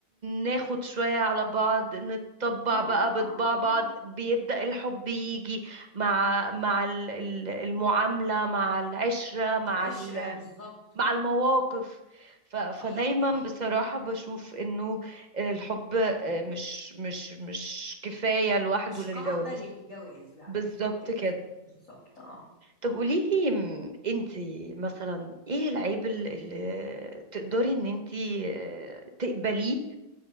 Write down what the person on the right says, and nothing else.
ناخد شوية على بعض نتطبع
بقى بطباع
بعض
بيبدأ الحب يجي مع مع ال- ال- المعاملة مع العشرة مع
ال-
مع
المواقف ف- فدايما
بصراحة بشوف انه الحب آه، مش مش مش كفاية لوحده
للجواز
بالظبط
كده
طب قوليلي م- انتي مثلا ايه العيب ال- اللي تقدري ان انتي آه، تقبليه